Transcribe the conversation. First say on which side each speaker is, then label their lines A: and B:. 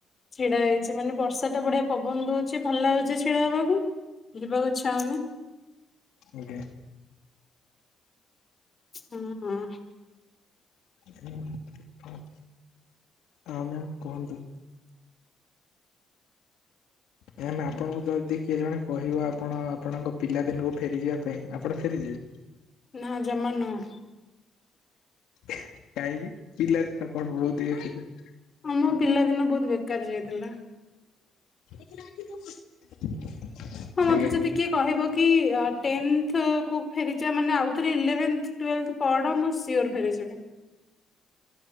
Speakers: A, on the left (about 35°); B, on the left (about 85°).
A: ଛିଡା ହେଇଛି, ମାନେ ବର୍ଷା ଟା ବଢିଆ ପବନ ଦଉଛି ଭଲ ଲାଗୁଛି ଛିଡା ହବାକୁ। ଯିବାକୁ ଇଛା ହଉନି।
B: ଆଜ୍ଞା।
A: ହଁ ହଁ
B: ହୁଁ ହଁ ହଁ ମ୍ୟାମ କୁହନ୍ତୁ? ମ୍ୟାମ ଆପଣଙ୍କୁ ଯଦି କିଏ ଜଣେ କହିବ ଆପଣ, ଆପଣଙ୍କ ପିଲାଦିନକୁ ଫେରିଯିବା ପାଇଁ ଆପଣ ଫେରିଯିବେ?
A: ନା ଜମା ନୁହଁ।
B: କାହିଁକି ପିଲାଦିନ କଣ ବହୁତ ଇଏ ଥିଲେ?
A: ଆ ମୋ ପିଲା ଦିନ ବହୁତ ବେକାର ଯାଇଥିଲା।
B: <unintelligible>
A: ହଁ ମତେ
B: ଆଜ୍ଞା
A: ଯଦି କିଏ କହିବ କି ଆ ଟେନଥ କୁ ଫେରିଯିବା ମାନେ ଆଉଥରେ ଇଲେଭେନଥ ଟ୍ୱେଲଭଥ ପଡ ମୁଁ ସିଓର ଫେରିଯିବି